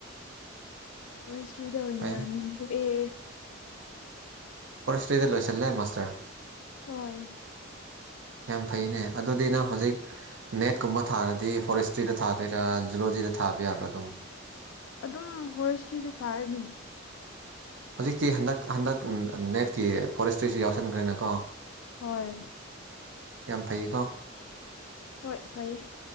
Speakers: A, on the left; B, on the right.
A: ꯐꯣꯔꯦꯁꯇ꯭ꯔꯤꯗ ꯑꯣꯏꯅ
B: ꯐꯩ
A: ꯃꯤꯡꯊꯣꯛꯑꯦ
B: ꯐꯁꯇꯔꯤꯗ ꯂꯣꯏꯁꯤꯂꯦ ꯃꯥꯥꯁꯇꯔ
A: ꯍꯣꯏ
B: ꯌꯥꯝ ꯐꯩꯅꯦ ꯑꯗꯨꯗꯤꯩꯅ ꯍꯧꯖꯤꯛ ꯅꯦꯠꯀꯨꯝꯕ ꯊꯥꯔꯗꯤ ꯐꯣꯔꯦꯁꯇ꯭ꯔꯤꯗ ꯊꯥꯗꯣꯏꯔꯥ ꯖꯨꯂꯣꯖꯤꯗ ꯊꯥꯕ ꯌꯥꯕ꯭ꯔꯥ ꯑꯗꯨꯝ
A: ꯑꯗꯨꯝ ꯍꯣꯔꯦꯁꯇ꯭ꯔꯤꯗ ꯊꯥꯔꯅꯤ
B: ꯍꯧꯖꯤꯛꯇꯤ ꯍꯟꯗꯛ ꯍꯟꯗꯛ ꯅꯦꯠꯀꯤ ꯐꯣꯔꯦꯁꯇ꯭ꯔꯤꯁꯨ ꯌꯥꯎꯁꯟꯈ꯭ꯔꯦꯅꯀꯣ
A: ꯍꯣꯏ
B: ꯌꯥꯝ ꯐꯩꯀꯣ
A: ꯍꯣꯏ ꯐꯩꯌꯦ